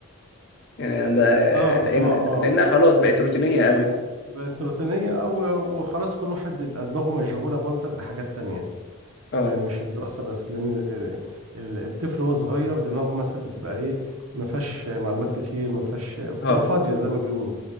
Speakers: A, on the left (about 55°); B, on the right (about 85°).
A: يعني ده
B: اه
A: لان
B: اه اه
A: لانها خلاص بقت روتينية قوي
B: بقت روتينية اه و- وخلاص كل واحد بيبقى دماغه مشغولة برضك بحاجات تانية
A: اه
B: يعني مش الدراسة بس لأن ال- ال- ال- الطفل وهو صغير دماغه مثلا بتبقى إيه ما فيهاش معلومات كتير ما فيهاش بتبقى
A: اه
B: فاضية زي ما بيقولوا